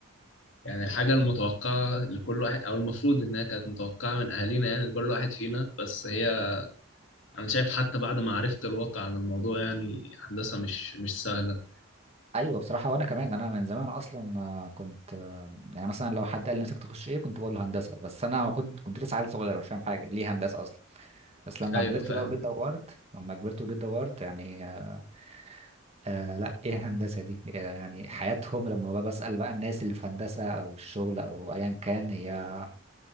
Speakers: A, on the left (about 70°); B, on the right (about 30°).
A: يعني الحاجة المتوقعة لكل واحد أو المفروض إنها كانت متوقعة من أهالينا يعني لكل واحد فينا بس هي انا شايف حتى بعد ما عرفت الواقع عن الموضوع يعني هندسة مش مش سهلة
B: ايوه بصراحه وانا كمان انا من زمان اصلا آه، كنت آه، يعني مثلا لو حد قال لي نفسك تخش ايه كنت بقول له هندسه بس انا كنت كنت لسه عيل صغير مش فاهم حاجه ليه هندسه اصلا بس لما
A: ايوه
B: كبرت
A: فاهم
B: بقى وجيت دورت لما كبرت وجيت دورت يعني آه آه، لا ايه هندسة دي آه يعني حياتهم لما بقى بسأل بقى الناس اللي في هندسة او الشغل او ايا كان هي